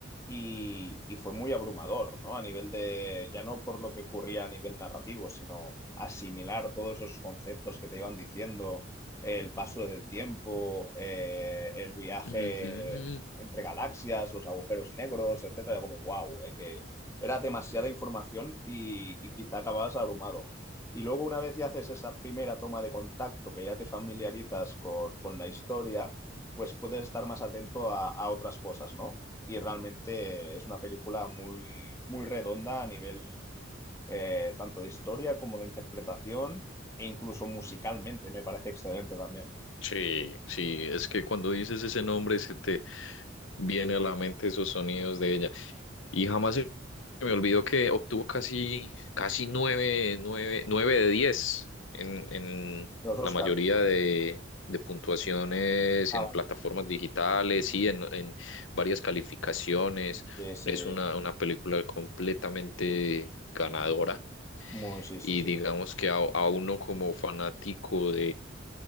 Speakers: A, on the left (about 15°); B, on the left (about 80°).
A: y, y fue muy abrumador, ¿no? A nivel de, ya no por lo que ocurría a nivel narrativo, sino asimilar todos esos conceptos que te iban diciendo, eh, el paso del tiempo, eh, el viaje
B: Ujú.
A: entre galaxias, los agujeros negros, etcétera, era como wow, que era demasiada información y, y quizá acababas abrumado. Y luego una vez ya haces esa primera toma de contacto, que ya te familiarizas con, con la historia, pues puedes estar más atento a, a otras cosas, ¿no? Y realmente es una película muy, muy redonda a nivel eh, tanto de historia como de interpretación e incluso musicalmente me parece excelente también.
B: Sí, sí, es que cuando dices ese nombre se te viene a la mente esos sonidos de ella. Y jamás se me olvidó que obtuvo casi, casi nueve, nueve, nueve de diez en, en
A: Los Oscars.
B: la mayoría de, de puntuaciones
A: Ah,
B: en
A: vale.
B: plataformas digitales y en, en varias calificaciones.
A: Sí, sí.
B: Es una, una película completamente ganadora.
A: Muy, sí, sí,
B: Y
A: sí.
B: digamos que a a uno como fanático